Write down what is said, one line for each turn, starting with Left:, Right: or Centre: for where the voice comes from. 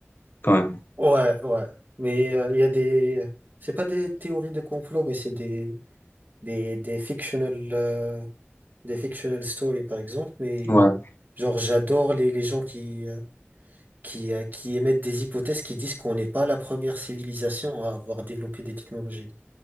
Left: quand même.
Right: ouais, ouais. Mais euh, il y a des. C'est pas des théories de complot, mais c'est des, des, des fictional, euh, des fictional stories, par exemple. Mais
Left: Ouais.
Right: genre, j'adore les, les gens qui, euh, qui, euh, qui émettent des hypothèses qui disent qu'on n'est pas la première civilisation à avoir développé des technologies.